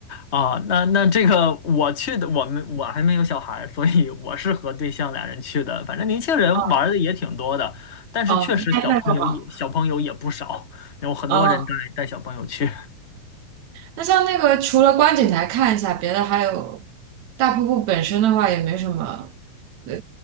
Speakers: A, on the left; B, on the right.
A: 啊、那那这个我去的，我们我还没有小孩儿所以我是和对象俩人去的。反正年轻人玩儿的也挺多的，
B: 哦，
A: 但是确实小朋友也小朋友也不少，
B: 哦那那就好。
A: 有很多人带带小朋友去。
B: 哦，那像那个除了观景台看一下，别的还有大瀑布本身的话也没什么呃